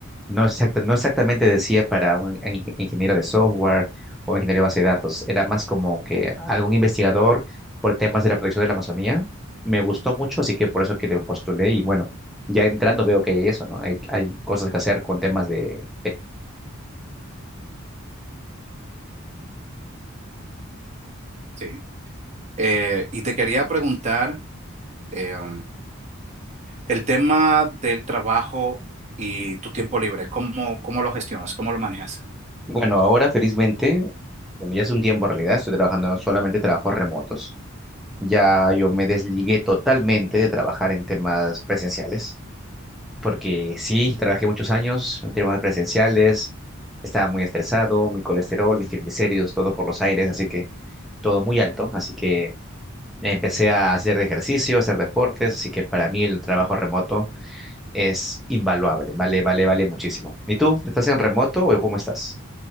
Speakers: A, in the centre; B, on the right (about 35°).
A: No, exacta- no exactamente decía para un in- ingeniero de software o ingeniero de base de datos. Era más como que algún investigador por temas de la protección de la Amazonía. Me gustó mucho, así que por eso que lo postulé y bueno, ya entrando veo que hay eso, ¿no? Hay, hay cosas que hacer con temas de
B: Sí. Eh, y te quería preguntar em, el tema del trabajo y tu tiempo libre, ¿cómo, cómo lo gestionas? ¿Cómo lo manejas?
A: Bueno, ahora felizmente, bueno, ya hace un tiempo en realidad, estoy trabajando solamente trabajos remotos. Ya yo me desligué totalmente de trabajar en temas presenciales, porque sí, trabajé muchos años en temas presenciales, estaba muy estresado, mi colesterol, mis triglicéridos, todo por los aires, así que todo muy alto, así que empecé a hacer ejercicio, a hacer deportes, así que para mí el trabajo remoto es invaluable, vale, vale, vale muchísimo. ¿Y tú? ¿Estás en remoto o cómo estás?